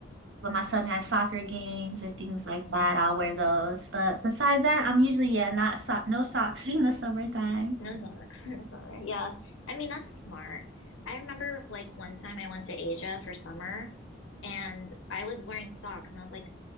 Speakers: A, on the right; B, on the left.
A: when my son has soccer games or things like
B: Mm,
A: that. I'll wear those. But besides that, I'm usually yeah, not so no socks <laughs> in the summertime.
B: no socks. <laughs> No summer. Yeah. I mean, that's smart. I remember like one time I went to Asia for summer and I was wearing socks and I was like,